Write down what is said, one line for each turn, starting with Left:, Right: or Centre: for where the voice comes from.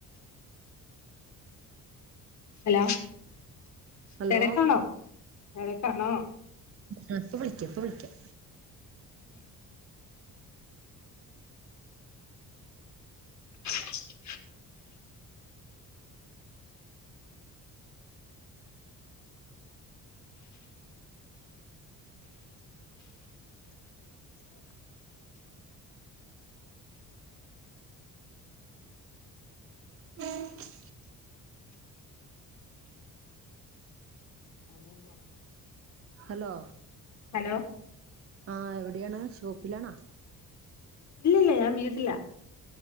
Left: ഹലോ
Right: ഹലോ
Left: തിരക്കാണോ തൊരക്കാണോ
Right: ആ ഇപ്പൊ വിളിക്കാം ഇപ്പൊ വിളിക്കാം
Left: <inaudible>
Right: ഉ <unintelligible>
Left: <inaudible>
Right: ഹലോ
Left: ഹലോ
Right: ആഹ എവിടെയാണ് ഷോപ്പിലാണാ
Left: ഇല്ലില്ല ഞാൻ വീട്ടിലാ